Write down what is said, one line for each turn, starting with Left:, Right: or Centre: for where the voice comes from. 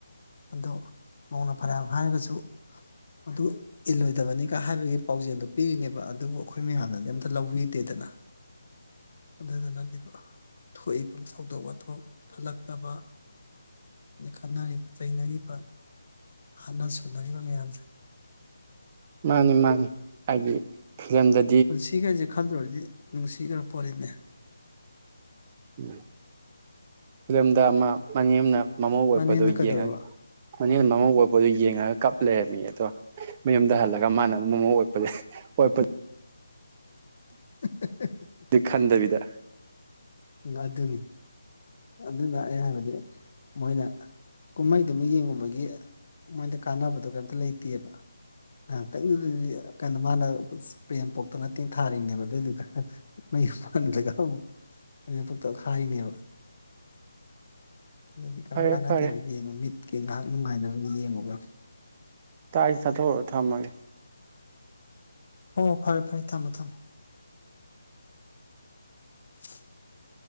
Left: ꯑꯗꯣ ꯃꯧꯅ ꯐꯅꯌꯥꯝ ꯍꯥꯏꯔꯒꯁꯨ ꯑꯗꯨ ꯏꯜꯂꯣꯏꯗꯕꯅꯤꯒ ꯍꯥꯏꯕꯒꯤ ꯄꯥꯎꯖꯦꯜꯗꯨ ꯄꯤꯔꯤꯅꯦꯕ ꯑꯗꯨꯕꯨ ꯑꯩꯈꯣꯏ ꯃꯌꯥꯝꯅꯗꯤ ꯑꯝꯇ ꯂꯧꯕꯤ ꯇꯦꯗꯅ ꯑꯗꯨꯗꯨꯅꯅꯦꯕ ꯊꯣꯛꯏꯕ ꯄꯪꯁꯥꯎꯗ ꯋꯥꯊꯣꯛ ꯐꯠꯂꯛꯇꯕ ꯑꯗꯩ ꯈꯠꯅꯔꯤꯕ ꯆꯩꯅꯔꯤꯕ ꯍꯥꯠꯅ ꯁꯨꯅꯔꯤꯕ ꯃꯌꯥꯝꯁꯦ
Right: ꯃꯥꯅꯤ ꯃꯥꯅꯤ ꯍꯥꯏꯗꯤ ꯐꯤꯂꯝꯗ
Left: ꯄꯨꯟꯁꯤꯒꯁꯦ ꯈꯜꯂꯨꯔꯗꯤ ꯅꯨꯡꯁꯤꯈ꯭ꯔ ꯄꯣꯠꯅꯤꯅꯦ
Right: ꯎ ꯐꯤꯂꯝꯗ ꯑꯃ ꯃꯅꯦꯝꯅ ꯃꯃꯧ ꯑꯣꯠꯄꯗꯣ
Left: ꯃꯅꯦꯝꯅ ꯀꯩꯗꯧꯔꯕ
Right: ꯌꯦꯡꯉꯒ ꯃꯅꯦꯝꯅ ꯃꯃꯧ ꯑꯣꯠꯄꯗꯣ ꯌꯦꯡꯉꯒ ꯀꯞ ꯂꯩꯔꯝꯃ‌ꯦꯌ‌ꯦ ꯑꯗꯣ ꯃꯌꯨꯝꯗ ꯍꯜꯂꯒ ꯃꯥꯅ ꯃꯃꯧ ꯑꯣꯠꯄꯖ‌ꯦ ꯑꯣꯠꯄ
Left: <unintelligible>
Right: ꯑꯗꯨ ꯈꯟꯗꯕꯤꯗ
Left: ꯎꯝ ꯑꯗꯨꯅꯤ ꯑꯗꯨꯅ ꯑꯩ ꯍꯥꯏꯕꯗꯤ ꯃꯣꯏꯅ ꯀꯨꯝꯍꯩꯗꯨꯃ ꯌꯦꯡꯉꯨꯕꯒꯤ ꯃꯣꯏꯗ ꯀꯥꯟꯅꯕꯗꯣ ꯀꯩꯝꯇ ꯂꯩꯇꯦꯕ ꯉꯥꯏꯍꯥꯛꯇꯪꯗꯨꯗꯗꯤ ꯀꯩꯅꯣ ꯃꯥꯅ ꯄ꯭ꯔꯦꯝ ꯄꯣꯛꯇꯅ ꯇꯦꯡꯊꯥꯔꯤꯅꯦꯕ ꯑꯗꯨꯗꯨꯒ <unintelligible> ꯃꯅ‌ꯦꯝꯄ‌ꯣꯛꯇ ꯑꯣꯠꯈꯥꯏꯅꯦꯕ ꯑꯗꯨꯗꯤ ꯀꯝ
Right: ꯐꯔꯦ
Left: ꯀꯥꯟꯅꯗꯦꯕ
Right: ꯐꯔꯦ
Left: ꯑꯩ ꯌꯦꯡꯉꯣ ꯃꯤꯠꯀꯤ ꯉꯥꯏꯍꯥꯛ ꯅꯨꯡꯉꯥꯏꯅꯕꯗꯤ ꯌꯦꯡꯉ‌ꯣꯕ
Right: ꯇꯥ ꯑꯩ ꯆꯥꯊꯣꯛꯎꯔ‌ꯣ ꯊꯝꯃꯒꯦ
Left: ꯑꯣ ꯐꯔꯦ ꯐꯔ‌ꯦ ꯊꯝꯃ‌ꯣ ꯊꯝꯃꯣ <unintelligible>